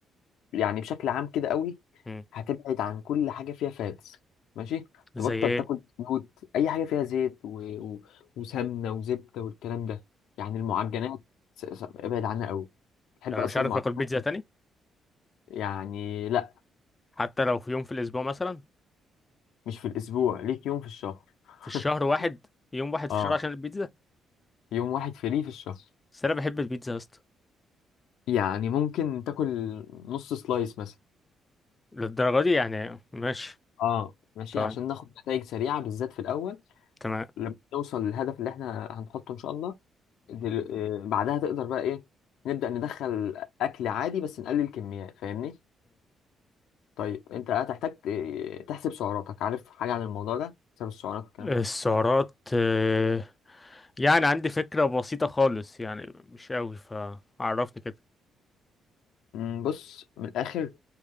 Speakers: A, on the left; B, on the left.
A: يعني بشكل عام كده قوي
B: م.
A: هتبعد عن كل حاجه فيها فاتس ماشي
B: زي
A: تبطل
B: ايه
A: تاكل زيوت اي حاجه فيها زيت و... و... وسمنه وزبده والكلام ده يعني المعجنات س... س... ابعد عنها قوي تحب
B: يعني
A: اصلا
B: مش عارف
A: المعجنات
B: اكل بيتزا تاني
A: يعني لا
B: حتى لو في يوم في الاسبوع مثلا
A: مش في الاسبوع ليك يوم في الشهر <laughs>
B: في الشهر واحد يوم واحد في
A: اه
B: الشهر عشان البيتزا
A: يوم واحد فري في الشهر
B: بس انا بحب البيتزا يا اسطى
A: يعني ممكن تاكل نص سلايس مثلا
B: للدرجه دي يعني ماشي
A: اه ماشي
B: طيب
A: عشان ناخد نتائج سريعة بالذات في الأول
B: تمام
A: لما نوصل للهدف اللي احنا هنحطه إن شاء الله دل... آه، بعدها تقدر بقى إيه نبدأ ندخل أكل عادي بس نقلل كميات فاهمني؟ طيب أنت هتحتاج ت- تحسب سعراتك عارف حاجة عن الموضوع ده؟ حساب السعرات والكلام
B: السعرات
A: ده؟
B: آه، يعني عندي فكرة بسيطة خالص يعني مش قوي فعرفني كده
A: مم، بص من الآخر